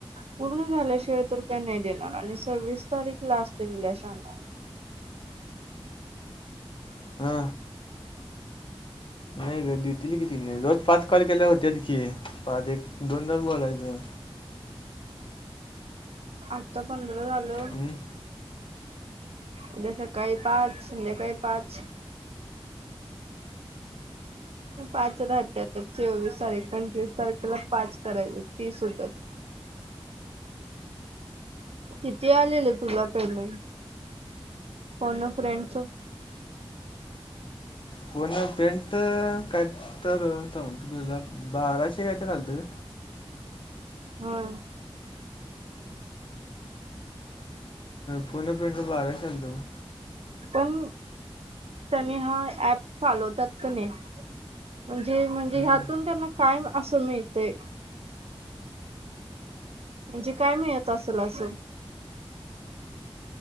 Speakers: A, on the right (about 80°); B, on the left (about 55°).
A: पूर्ण झाल्याशिवाय तर काय नाय देणार आणि सव्वीस तारीख लास्ट दिल्या शान्या.
B: हा नाही घरी देतील की तेनी रोज पाच कॉल केल्यावर होत्यात की पाच एक -दोनदा बोलायचं
A: आत्ता पंधरा झालं
B: हं?
A: उद्या सकाळी पाच, संध्याकाळी पाच. पाच राहत्यातं. चोवीस आणि तारीख पंचवीस तारखेला पाच करायचं, तीस होतात. कितीे आलेलं, तुला पेमेंट? फोन अ फ्रेंडचं.
B: फोन अ फ्रेंडचं काय तर, थांब तुला दाखवतो, बाराशे कायतरी आलतं गं.
A: हं!
B: फोन अ फ्रेंडचं बाराशे आलतं मला.
A: पण, त्यानी हा ऍप चालवतात कनई म्हणजे म्हणजे,
B: हं.
A: ह्यातून त्यांना काय असं मिळतंय? म्हणजे काय मिळत आसंल आसं.